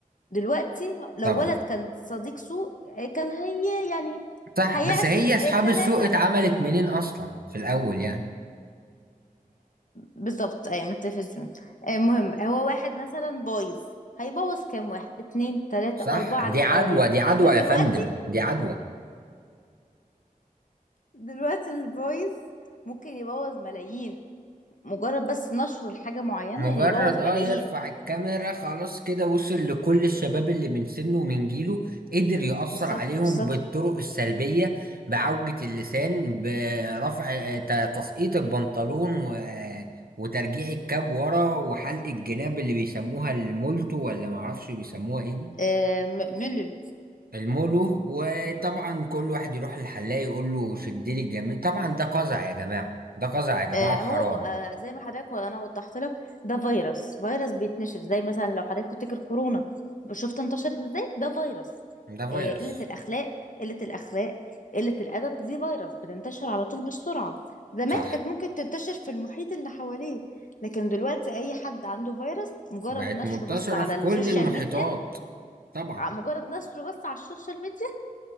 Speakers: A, on the left; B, on the right.
A: دلوقتي لو
B: طبعا
A: ولد كان صديق سوق آه، كان هي يعني
B: صح
A: هيعدي
B: بس هي اصحاب
A: ثلاثة
B: السوق اتعملت منين اصلا في الاول يعني
A: بالظبط ايوه من التلفزيون آه، المهم هو واحد مثلا بايظ هيبوظ كام واحد اتنين تلاتة
B: صح
A: أربعة
B: دي
A: اللي
B: عدوى
A: حواليه
B: دي عدوى
A: لكن
B: يا
A: دلوقتي
B: فندم دي عدوى
A: دلوقتي الفويس ممكن يبوظ ملايين مجرد بس نشر حاجة معينة
B: مجرد
A: يبوظ
B: اه
A: ملايين
B: يرفع الكاميرا خلاص كده وصل لكل الشباب اللي من سنه ومن جيله قدر يأثر
A: بالظبط
B: عليهم
A: بالظبط
B: بالطرق السلبية بعوجة اللسان برفع آه، ت- تسقيط البنطلون و... آه، وترجيع الكاب ورا وحلق الجناب اللي بيسموها المولتو ولا معرفش بيسموها ايه دي
A: آه، م- ميلر
B: المولو وطبعا كل واحد يروح للحلاق يقول له شد لي الجميل طبعا ده قزع يا جماعة ده قزع يا جماعة
A: آه،
B: وحرام
A: هو بقى زي ما حضرتك وانا وضحت لك ده فيروس فيروس بيتنشر زي مثلا لو حضرتك تفتكر كورونا شفت انتشرت ازاي ده فيروس
B: ده فيروس
A: آه، قلة الأخلاق قلة الأخلاق قلة الأدب دي فيروس بتنتشر على طول بسرعة زمان
B: صح
A: كانت ممكن تنتشر في المحيط اللي حواليه لكن دلوقتي أي حد عنده فيروس مجرد
B: بقت
A: نشره
B: منتشرة
A: بس على
B: في
A: السوشيال
B: كل المحيطات
A: ميديا
B: طبعا
A: ع- مجرد نشره بس على السوشيال ميديا